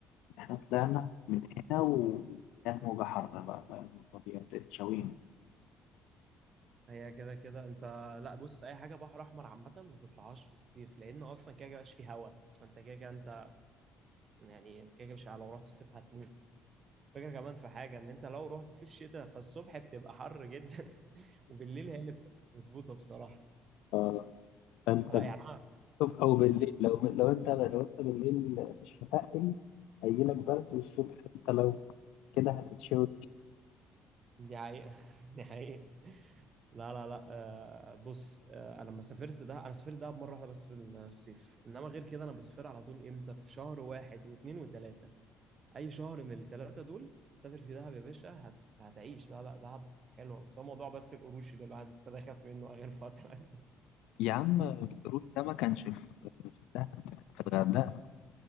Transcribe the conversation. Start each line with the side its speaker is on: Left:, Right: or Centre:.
Left: إحنا طلعنا من هنا وكانت موجة حارة بقى فالطبيعة اتشوينا
Right: هي كده كده انت لا بص اي حاجة بحر احمر عامة ما تطلعهاش في الصيف لان اصلا كده كده مبقاش فيه هوا انت كده كده انت يعني كده كده مش لو رحت في الصيف هتموت فكرة كمان في حاجة ان انت لو رحت في الشتاء فالصبح بتبقى حر جدا <laughs> وبالليل هي اللي بتبقى مظبوطة بصراحة
Left: اه فانت
Right: لا يعني
Left: الصبح او بالليل لو لو انت لو انت بالليل مش متقل هيجيلك برد والصبح انت لو كده هتتشوي
Right: دي حقيقة <laughs> دي حقيقة لا لا لا آه بص آه أنا لما سافرت ده أنا سافرت ده مرة واحدة بس في الصيف إنما غير كده أنا بسافر على طول إمتى في شهر واحد واثنين وثلاثة أي شهر من الثلاثة دول سافر في دهب يا باشا هت... هتعيش لا لا دهب حلوة بس هو موضوع بس القروش اللي الواحد ابتدى يخاف منه آخر فترة <laughs> يعني.
Left: يا عم الروت ده ما كانش في في دهب، ده كان في الغردقة